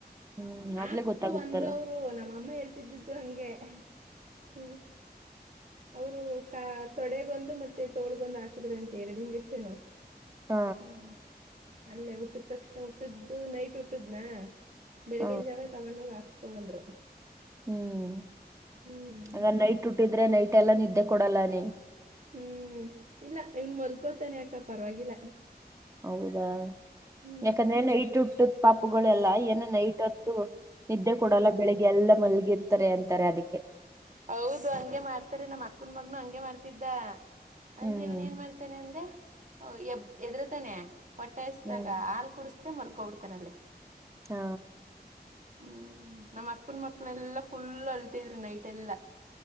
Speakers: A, on the right; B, on the right.
A: ಹ್ಮ್ ಆಗ್ಲೇ
B: ಆಕ್ತು
A: ಗೊತ್ತಾಗುತ್ತಲ್ಲ
B: ಅಂದ್ರವರು ನಮ್ಮಅಮ್ಮ ಹೇಳ್ತಿದ್ದು ಹಂಗೆ ಹ ಅವರು ಕ ತೊಡೆಗೊಂದು ಮತ್ತೆ ತೋಳ್ಗೊಂದು ಹಾಕದ್ರ ಅಂತೆ ಎರಡು ಇಂಜೆಕ್ಷನ್
A: ಹ
B: ಹ್ಮ್ ಅಲ್ಲೇ ಹುಟ್ಟದ ತಕ್ಷಣ ಹುಟ್ಟ್ದು ನೈಟ್ ಹುಟ್ಟದ್ನ ಬೆಳಿಗನ್
A: ಹ
B: ಜಾವ ತಗೊಂಡ ಹೋಗಿ ಹಾಕ್ಸ್ಕೋ ಬಂದ್ರು
A: ಹ್ಮ್
B: ಹ್ಮ್
A: ಹಾಗಗ ನೈಟ್ ಉಟ್ಟಿದ್ರೆ ನೈಟ್ ಎಲ್ಲ ನಿದ್ದೆ ಕೊಡಲ್ಲ ನೀ
B: ಹ್ಮ್ ಇಲ್ಲ ಇವನ್ ಮಲ್ಕೋತಾನೆ ಯಾಕ ಪರವಾಗಿಲ್ಲ
A: ಹೌದಾ
B: ಹ್ಮ್
A: ಯಾಕಂದ್ರೆಲ್ಲ ಇಟ್ಟು ಹಟ್ಟು ಪಾಪುಗಳೆಲ್ಲ ಏನ ನೈಟ್ ಹೊತ್ತು ನಿದ್ದೆ ಕೊಡಲ್ಲ ಬೆಳಿಗ್ಗೆ ಎಲ್ಲ ಮಲ್ಗಿರ್ ತಾರೆ ಅಂತಾರೆ ಅದಕ್ಕೆ
B: ಹೌದು ಹಂಗೆ ಮಾಡ್ತಾರೆ ನಮ್ಮ್ ಅಕ್ಕನ್ ಮಗನು ಹಂಗೆ ಮಾಡ್ತಿದ್ದ ಅಂದ್ರೆ
A: ಹ್ಮ್
B: ಇವನ್ ಏನ್ ಮಾಡಾ್ತಾನೆ ಅಂದ್ರೆ ಎಬ್ ಎದರುತಾನೆ ಹೊಟ್ಟಾಯಸ್ದಾಗ
A: ಹ್ಮ್
B: ಹಾಲು ಕುಡಿಸ್ರೆ ಮಲ್ಕೊಬಿಡ್ತಾನ ಅಲ್ಲಿ
A: ಹಾ
B: ಹ್ಮ್ ನಮ್ಮ್ ಅಕ್ಕನ್ ಮಕ್ಳ ಎಲ್ಲಾ ಫುಲ್ ಅಲ್ತಿದ್್ರರು ನೈಟ್ ಎಲ್ಲಾ